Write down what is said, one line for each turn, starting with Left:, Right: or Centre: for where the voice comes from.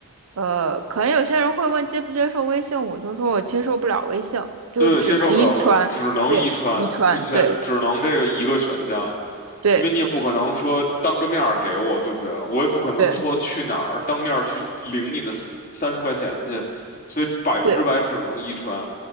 Right: 呃，可能有些人会问接不接受微信，我就说我接受不了微信，就只能一串，
Left: 对，接受不了问，只能遗传，
Right: 对，一串，
Left: 目前只能这个一个选项，
Right: 对对
Left: 因为你也不可能说当着面儿给我，对不对？我也不可能说去哪儿当面儿去领你的三十块钱去，
Right: 对
Left: 所以百分之百只能遗传，
Right: 对